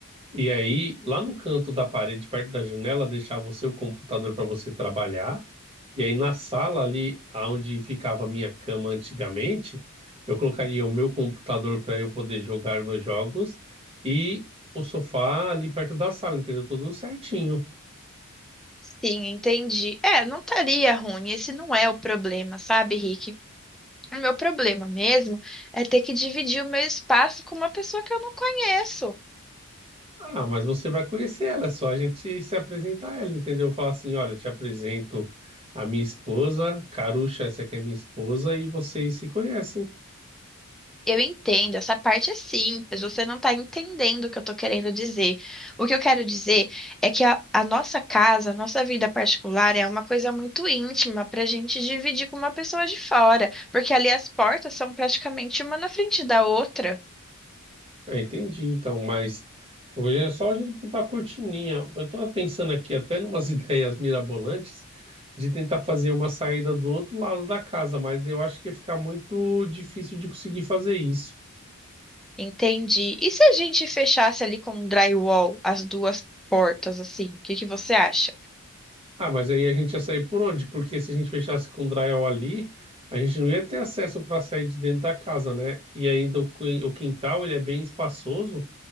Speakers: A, on the right; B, in the centre.
A: E aí, lá no canto da parede, perto da janela, deixar você o computador para você trabalhar. E aí na sala ali, onde ficava a minha cama antigamente, eu colocaria o meu computador para eu poder jogar meus jogos e o sofá ali perto da sala, entendeu? Tudo certinho.
B: Sim, entendi. É, não estaria ruim. Esse não é o problema, sabe, Rick? O meu problema mesmo é ter que dividir o meu espaço com uma pessoa que eu não conheço.
A: Ah, mas você vai conhecer ela, é só a gente se apresentar a ela, entendeu? Falar assim, olha, eu te apresento a minha esposa, Carucha, essa aqui é minha esposa, e vocês se conhecem.
B: Eu entendo, essa parte é simples, você não está entendendo o que eu estou querendo dizer. O que eu quero dizer é que a, a nossa casa, a nossa vida particular é uma coisa muito íntima para a gente dividir com uma pessoa de fora, porque ali as portas são praticamente uma na frente da outra,
A: Ah, entendi, então, mas hoje é só a gente botar a cortininha. Eu tava pensando aqui até numas <laughs> ideias mirabolantes de tentar fazer uma saída do outro lado da casa, mas eu acho que ia ficar muito difícil de conseguir fazer isso.
B: entende? E se a gente fechasse ali com um drywall as duas portas, assim, o que que você acha?
A: Ah, mas aí a gente ia sair por onde? Porque se a gente fechasse com o drywall ali, a gente não ia ter acesso para sair de dentro da casa, né? E ainda o quin- o quintal, ele é bem espaçoso